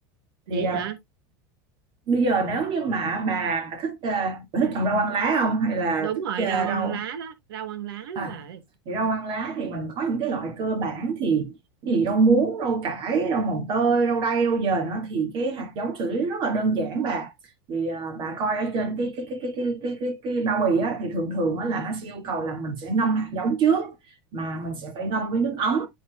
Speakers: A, on the right; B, on the right.
A: vậy
B: thì à,
A: hả?
B: bây giờ nếu như mà bà bà thích ờ, bà thích trồng rau ăn lá không hay là
A: đúng
B: thích
A: rồi
B: ờ,
A: rau ăn
B: rau
A: lá đó rau ăn lá đó
B: À,
A: bà ơi
B: thì rau ăn lá thì mình có những cái loại cơ bản thì thì rau muống, rau cải, rau mồng tơi, rau đay, rau dền đó thì cái hạt giống xử lý rất là đơn giản bà. Thì à, bà coi ở trên cái cái cái cái cái cái cái, cái bao bì á thì thường thường á là nó sẽ yêu cầu là mình sẽ ngâm hạt giống trước mà mình sẽ phải ngâm với nước ấm.